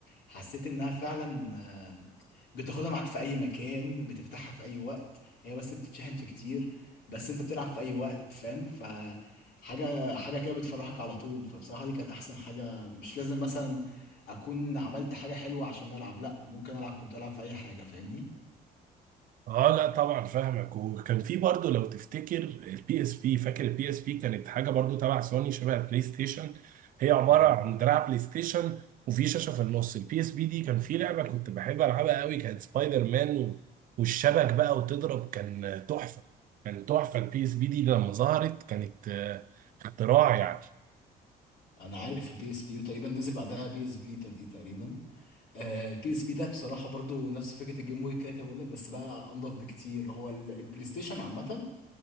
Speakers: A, on the left; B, on the right.
A: حسيت إنها فعلا بتاخدها معاك في اي مكان بتفتحها في اي وقت هي بس بتتشحن في كتير بس انت بتلعب في اي وقت فاهم ف حاجه حاجه كده بتفرحك على طول فبصراحه دي كانت احسن حاجه مش لازم مثلا اكون عملت حاجه حلوه عشان العب لا ممكن العب كنت العب في اي حاجه فاهمني
B: اه لا طبعا فاهمك وكان في برضه لو تفتكر البي اس بي فاكر البي اس بي كانت حاجه برضه تبع سوني شبه البلاي ستيشن هي عباره
A: انا
B: عن دراع بلاي ستيشن وفي شاشه في النص البي اس بي دي كان في لعبه كنت بحب العبها قوي كانت سبايدر مان و- والشبك بقى وتضرب كان تحفه كان تحفه البي اس بي دي لما ظهرت كانت آه، اختراع يعني
A: انا عارف البي اس بي وتقريبا نزل بعدها بي اس فيتا دي تقريبا البي اس بي ده بصراحه برضو نفس فكره الجيم بوي كده كده بقول لك بس بقى انضف بكتير هو ال- البلاي ستيشن عامه